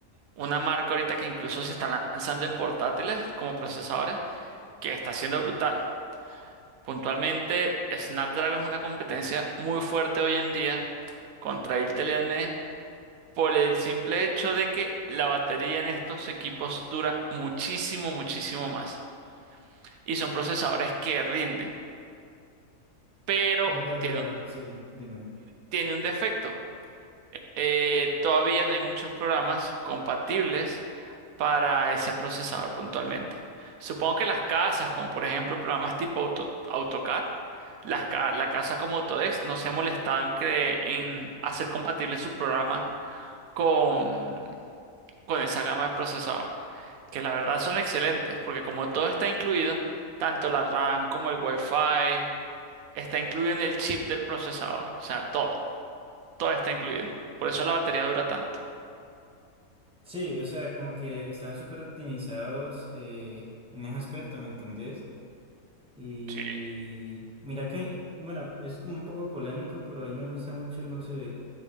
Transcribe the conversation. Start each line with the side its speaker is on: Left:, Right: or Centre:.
Right: una marca ahorita que incluso se está lanzando en portátiles como procesadores, que está siendo brutal. Puntualmente, Snapdragon es una competencia muy fuerte hoy en día contra Intel y AMD por el simple hecho de que la batería en estos equipos dura muchísimo, muchísimo más. Y son procesadores que rinden, pero
Centre: Es verdad,
Right: tiene un,
Centre: sí, dime.
Right: tiene un defecto. eh, todavía no hay muchos programas compatibles para ese procesador puntualmente. Supongo que las casas, como por ejemplo programas tipo Auto- AutoCAD, las ca- la casa como Autodesk no se ha molestado en, cre- en hacer compatible su programa con, con esa gama de procesador, que la verdad son excelentes, porque como todo está incluido, tanto la RAM como el Wi-Fi, está incluido en el chip del procesador, o sea, todo, todo está incluido. Por eso la batería dura tanto.
Centre: Sí, o sea, como que están súper optimizados eh, en ese aspecto, ¿me entendés? Y
Right: Sí.
Centre: mira que, bueno, es como un poco polémico, pero a mí me gusta mucho, no sé,